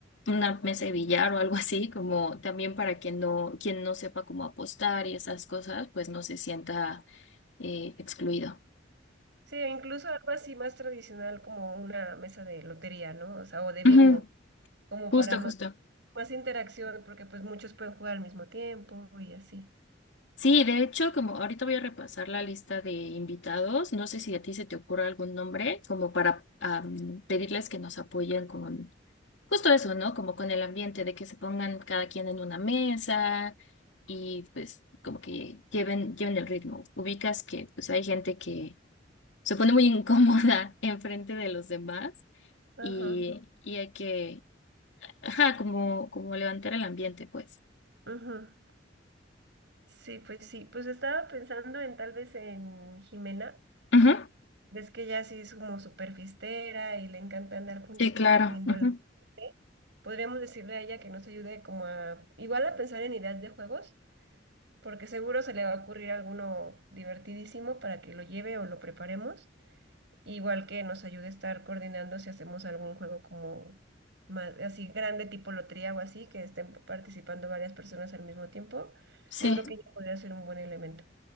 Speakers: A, on the left; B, on the right.
A: una mesa de billar o algo así, como también para quien no, quien no sepa cómo apostar y esas cosas, pues no se sienta eh, excluido.
B: Sí, e incluso algo así más tradicional como una mesa de lotería, ¿no? O sea, o de bingo,
A: Ujú,
B: como
A: Justo,
B: para más,
A: justo.
B: más interacción, porque pues muchos pueden jugar al mismo tiempo y así.
A: Sí, de hecho, como ahorita voy a repasar la lista de invitados, no sé si a ti se te ocurre algún nombre, como para am, pedirles que nos apoyen con Justo eso, ¿no? Como con el ambiente de que se pongan cada quien en una mesa y pues como que lleven, lleven el ritmo. Ubicas que pues hay gente que se pone muy incómoda <laughs> enfrente de los demás
B: Ajá.
A: y, y hay que, ajá, como, como levantar el ambiente, pues.
B: ujú. Sí, pues sí, pues estaba pensando en tal vez en Jimena.
A: Ujú.
B: Ves que ella sí es como súper fiestera y le encanta andar poniendo
A: Sí, claro. Ujú.
B: la... gente. Podríamos decirle a ella que nos ayude como a, igual a pensar en ideas de juegos, porque seguro se le va a ocurrir alguno divertidísimo para que lo lleve o lo preparemos. Igual que nos ayude a estar coordinando si hacemos algún juego como más, así grande, tipo lotería o así, que estén participando varias personas al mismo tiempo.
A: Sí.
B: Yo creo que ella podría ser un buen elemento.